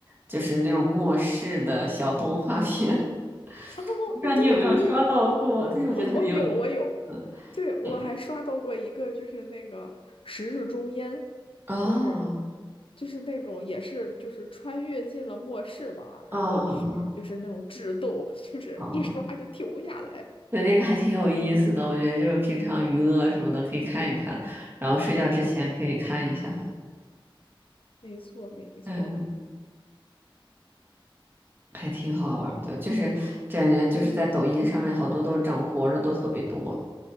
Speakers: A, on the right; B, on the left.
A: 就是那种末世的小动画片。<laughs>
B: 哦，
A: 我不知道你有没有刷到过，
B: 对对对，
A: 但是我觉得很有意
B: <laughs> 我有我有，
A: 思。
B: 对我还刷到过一个，
A: 嗯
B: 就是那个《十日终焉》，
A: 哦，
B: 就是就是那种也是就是穿越进了末世吧，
A: 嗯嗯嗯
B: 然后就是那种智斗，<laughs> 就是一刷就停不下来。
A: 哦，嗯对，那个还挺有意思的，我觉得就是平常娱乐什么的可以看一看，然后睡觉之前可以看一下，
B: 是的，没错没错，
A: 嗯，还挺好玩儿的，就是感觉就是在抖音上面好多都是整活儿的都特别多，